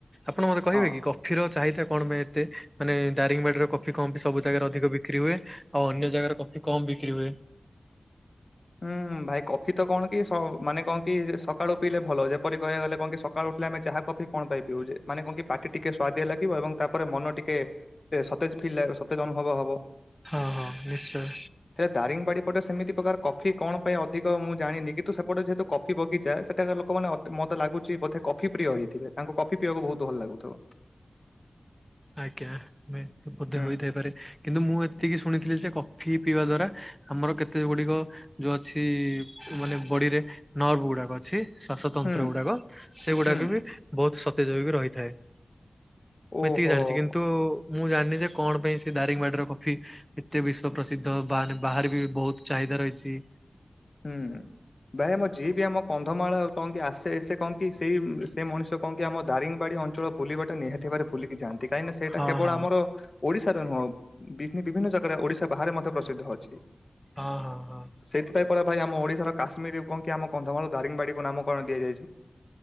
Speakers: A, in the centre; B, on the left.
A: ଆପଣ ମତେ କହିବେ
B: ହଁ।
A: କି କଫି ର ଚାହିଥା କଣ ପାଇଁ ଏତେ ମାନେ ଦାରିଙ୍ଗବାଡ଼ିରେ କଫି ସବୁ ଜାଗାରେ ଅଧିକ ବିକ୍ରି ହୁଏ ଆଉ ଅନ୍ୟ ଜାଗାରେ କ କମ୍ ବିକ୍ରିି ହୁଏ।
B: ହୁଁ ଭାଇ କଫି ତ କଣ କି ମାନେ କଣ କି ସକାଳୁ ପିଇଲେ ଭଲ ଯେପରି କହିବା ଗଲେ କଣ କି ସକାଳୁ ଆମେ ଚା କଫି କଣ ପାଇଁ ପିଉଛେ ମାନେ କଣ କି ପାଟି ଟିକେ ସ୍ଵାଦିଆ ଲାଗିବ ଏବଂ ତାପରେ ମନ ଟିକେ ସତେଜ ତେ ଅନୁଭବ ହବ
A: ହଁ ହଁ ନିଶ୍ଚୟ।
B: ହେ ଦାରିଙ୍ଗବାଡି ପଟେ ସେମିତି ପ୍ରକାର କଫି କଣ ପାଇଁ ଅଧିକ ମୁଁ ଜାଣିନି କିନ୍ତୁ ସେପଟେ ଯେହେତୁ କଫି ବଗିଚା ସେଇଟା ଲୋକ ମ ମତେ ଲାଗୁଛି ବେ କଫି ପ୍ରିୟ ହେଇଥିବେ ତାଙ୍କୁ କଫି ପିଇବାକୁ ବହୁତ ଭଲ ଲାଗୁଥିବ।
A: ଆଜ୍ଞା ବୋଧେ
B: ହୁଁ
A: ହୋଇଥାଇପାରେ କିନ୍ତୁ ମୁଁ ଏ ଏତିକି ଶୁଣିଥିଲି ଯେ କଫି ପିଇବା ଦ୍ଵାରା ଆମର କେତେ ଗୁଡିକ ଯୋଉ ଅଛି ମାନେ ଡିରେ ନରବ ଗୁଡାକ ଅଛି। ଶ୍ଵାସତନ୍ତ୍ର
B: ହୁଁ
A: ଗୁଡାକ ସେ ଗୁଡାକ
B: ହୁଁ
A: ବି ବହୁତ ସତେଜ ହେଇ ରହିଥାଏ।
B: ଓହୋ
A: ଏତିକି ଜାଣିଛି କିନ୍ତୁ ମୁଁ ଜାଣିନି ଯେ କଣ ପାଇଁ ସେ ଦାରିଙ୍ଗବାଡ଼ିର କଫି ଏତେ ବିଶ୍ଵ ପ୍ରସିଦ୍ଧ ବାହାନେ ବାହାରେ ବି ବହୁତ ଚାହିଦ ରହିଛି।
B: ହୁଁ। ଭାଇ ଆମ ଯିଏ ବି ଆମ କନ୍ଧମାଳ କଣ କି ଆସେ ସେ କହନ୍ତି ସେଇ ସେ ମଣିଷ କଣ କି ଆମ ଦାରିଙ୍ଗ ବାଡି ଅଞ୍ଚଳ ବୁଲିବାଟା ନିହାତି ଭୁଲିକି ଯାନ୍ତି କାହିଁକି ନା ସେଇଟା
A: ହଁ
B: କେଵଳ
A: ହଁ
B: ଆମ ଓଡିଶା ବିଭିନ୍ନ ଜାଗାରେ ଓଡିଶା ବାହାରେ ମଧ୍ୟ ପ୍ରସିଦ୍ଧ ଅଛି।
A: ହଁ ହଁ ହଁ।
B: ସେଇଥିପାଇଁ ଭାଇ ଆମ ଓଡିଶାର କାଶ୍ମୀର କି ଆମ କନ୍ଧମାଳ ଦାରିଙ୍ଗବାଡି କୁ ନାମକଣ ଦିଆଯାଇଛି।